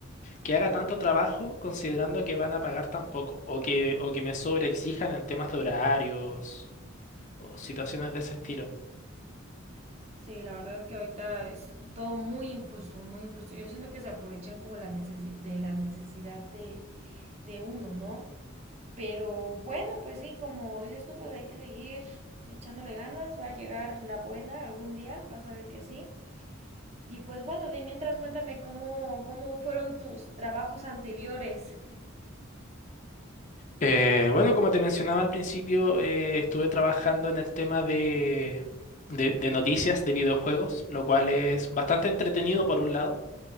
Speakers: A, on the left; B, on the right.
A: que haga tanto trabajo considerando que van a pagar tan poco o que, o que me sobreexijan en temas de horarios o situaciones de ese estilo.
B: Sí, la verdad es que ahorita es todo muy injusto, muy injusto. Yo siento que se aprovechan como la necesi- de la necesidad de, de uno, ¿no? Pero bueno, pues sí, como dices tú, pues hay que seguir echándole ganas, va a llegar la buena algún día, vas a ver que sí. Y pues bueno, de mientras cuéntame cómo, cómo fueron tus trabajos anteriores.
A: Eh, bueno, como te mencionaba al principio, eh, estuve trabajando en el tema de, de, de noticias de videojuegos, lo cual es bastante entretenido por un lado,